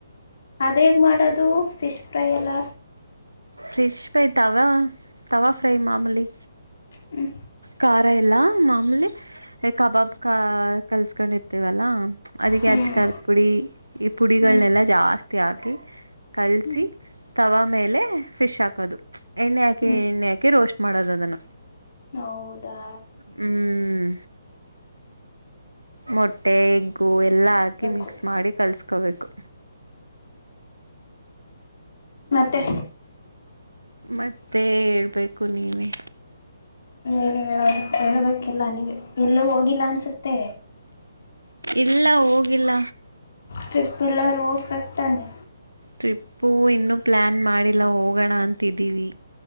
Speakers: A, on the left (about 55°); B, on the right (about 80°).
A: ಅದ ಹೇಗ್ ಮಾಡೋದು ಫಿಶ್ ಫ್ರೈ ಎಲ್ಲ?
B: Fish fry tawa tawa fry ಮಾಮೂಲಿ.
A: ಹ್ಮ
B: ಖಾರ ಎಲ್ಲ ಮಾಮೂಲಿ ಏ ಕಬಾಬ್ ಕ ಕಲ್ಸ್ಕೊಂಡಿರ್ತೇವಲ್ಲಾ ಅದಕ್ಕೆ
A: ಹ್ಮ್
B: ಅಚ್ ಖಾರದಪುಡಿ ಪುಡಿ. ಈ ಪುಡಿಗಳನ್ನೆಲ್ಲ
A: ಹ್ಮ್
B: ಜಾಸ್ತಿ ಹಾಕಿ ಕಲ್ಸಿ
A: ಹ್ಮ್
B: ತವಾ ಮೇಲೆ ಫಿಶ್ ಹಾಕದು ಎಣ್ಣೆ ಹಾಕಿ
A: ಹ್ಮ್
B: ಎಣ್ಣೆ ಹಾಕಿ ರೋಸ್ಟ್ ಮಾಡೋದ ಅದನ್ನ.
A: ಹೌದಾ.
B: ಹ್ಮ್ ಮೊಟ್ಟೆ ಗೂ
A: ನಾನು
B: ಎಲ್ಲ
A: ಮಾಡ್ಬೇಕು
B: ಹಾಕಿ ಮಿಕ್ಸ್ ಮಾಡಿ ಕಲ್ಸ್ಕೋಬೇಕು.
A: ಮತ್ತೆ.
B: ಮತ್ತೆ ಹೇಳ್ಬೇಕು ನೀವೇ.
A: ಏನ್ ಹೇಳದು? ಹೇಳ್ಬೇಕೆಲ್ಲಾ ಎಲ್ಲಾ ನೀವೇ. ಎಲ್ಲೂ ಹೋಗಿಲ್ಲ ಅನ್ಸುತ್ತೆ.
B: ಇಲ್ಲ ಹೋಗಿಲ್ಲ
A: ಟ್ರಿಪ್ ಎಲ್ಲರ್ ಹೋಗ್ಬೇಕತಾನೆ.
B: ಟ್ರಿಪ್ಪು ಇನ್ನು ಪ್ಲಾನ್ ಮಾಡಿಲ್ಲ ಹೋಗಣ ಅಂತಿದ್ದೀವಿ.